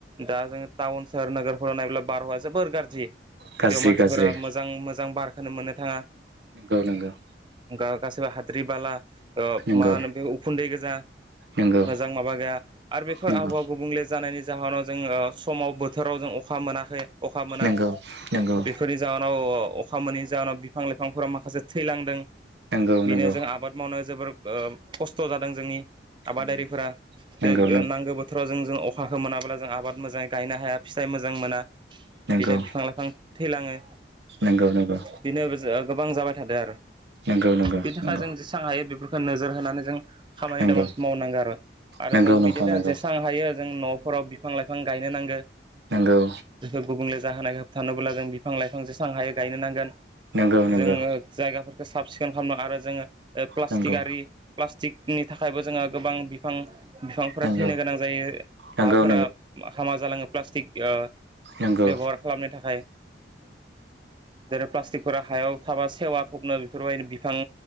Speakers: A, on the right (about 25°); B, on the right (about 70°).
A: दा जों टाउन सोहर नोगोरफोराव नायोब्ला बारहावाया जोबोर गाज्रि बेयाव
B: गाज्रि
A: मानसिफोरा
B: गाज्रि
A: मोजां मोजां बारखौनो मोननो थाङा
B: नंगौ नंगौ
A: गासैबो हाद्रि बाला
B: नंगौ
A: मा होनो बे उखुन्दै गोजा
B: नंगौ
A: मोजां माबा गैया आरो बेफोर
B: नंगौ
A: आबहावा गुबुंले जानायनि जाहोनाव जोङो समाव बोथोराव जों अखा मोनाखै अखा मोना
B: नंगौ नंगौ
A: बेफोरनि जाहोनाव अखा मोनैनि जाहोनाव बिफां लाइफांफोरा माखासे थैलांदों
B: नंगौ
A: बेनो
B: नंगौ
A: जों आबाद मावनो जोबोर खस्थ जादों जोंनि आबादारिफोरा
B: नंगौ
A: जे
B: नंगौ
A: नांगौ बोथोराव जों जों अखाखौ मोनाब्ला जों आबाद मोजाङै गायनो हाया फिथाइ मोजां मोना
B: नंगौ
A: बिदिनो बिफां लाइफां थैलाङो
B: नंगौ नंगौ
A: बिनो गोबां जाबाय थादों आरो
B: नंगौ
A: बेनि थाखाय
B: नंगौ
A: जों जेसेबां हायो बेफोरखौ नोजोर होनानै जों खामानि
B: नंगौ
A: दामानि मावनांगौ आरो आरो
B: नंगौ
A: जों
B: नोंथां
A: बिदिनो
B: नंगौ
A: जेसेबां हायो जों न' फोराव बिफां लाइफां गायनो नांगो
B: नंगौ
A: बे गुबुंले जाहोनाय होबथानोब्ला जों बिफां लाइफां जेसेां हायो गायनो नांगोन
B: नंगौ नंगौ
A: जोङो जायगाफोरखौ साब सिखोन खालामनो आरो जोङो प्लास्टिक
B: नंगौ
A: आरि प्लास्टिक नि थाखायबो जोङो गोबां बिफां बिफांफोरा
B: नंगौ
A: थैनो गोनां जायो
B: नंगौ
A: हाफोरा
B: नंगौ
A: हामा जालाङो प्लास्टिक
B: नंगौ
A: बेबहार खालामय थाखाय जेरै प्लास्टिकफोरा हायाव थाबा सेवा थबनो बेफोरबायदि बिफां